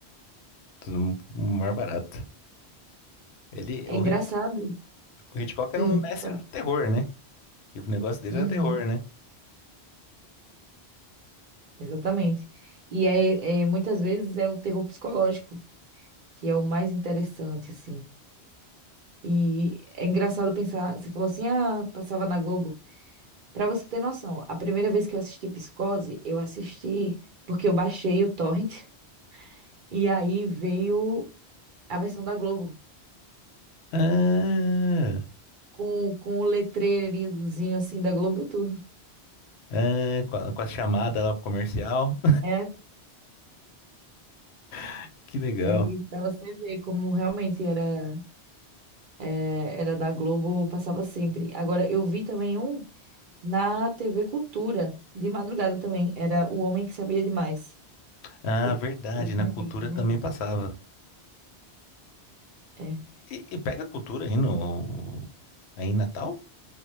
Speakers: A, on the left; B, on the right.
A: tudo mais barato. Ele,
B: É
A: o,
B: engraçado.
A: Hit- o Hitchcock era
B: Hum,
A: um mestre
B: claro.
A: do terror, né? E o negócio dele
B: Uhum,
A: era terror, né?
B: exatamente. E é, é, muitas vezes é o terror psicológico que é o mais interessante, assim. E é engraçado pensar, você falou assim, ah, passava na Globo. Pra você ter noção, a primeira vez que eu assisti Psicose, eu assisti porque eu baixei o torrent <laughs> e aí veio a versão da Globo
A: Ah,
B: com, com o letreirinhozinho assim da Globo e tudo.
A: ah, com a, com a chamada lá pro comercial.
B: É,
A: <laughs> Que legal.
B: aí pra você ver como realmente era, é, era da Globo, passava sempre. Agora, eu vi também um na TV Cultura, de madrugada também, era O Homem que Sabia Demais.
A: Ah,
B: O,
A: verdade,
B: o
A: na
B: remake,
A: cultura
B: né?
A: também passava.
B: É,
A: E, e pega cultura aí no aí em Natal?